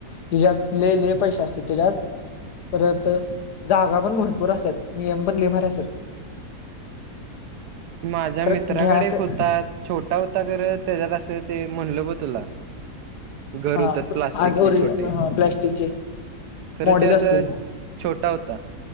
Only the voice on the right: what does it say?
माझ्या
मित्राकडे
एक
होता छोटा होता खरं तेच्यात असं ते म्हणलं ब तुला घर
होतात प्लास्टिकचे
छोटे,
खरं
ते असं
छोटा होता.